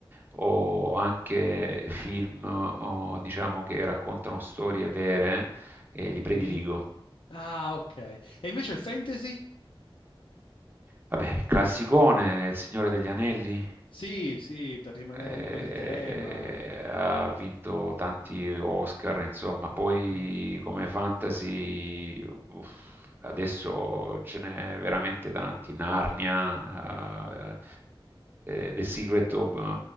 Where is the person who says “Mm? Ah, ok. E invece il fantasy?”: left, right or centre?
Left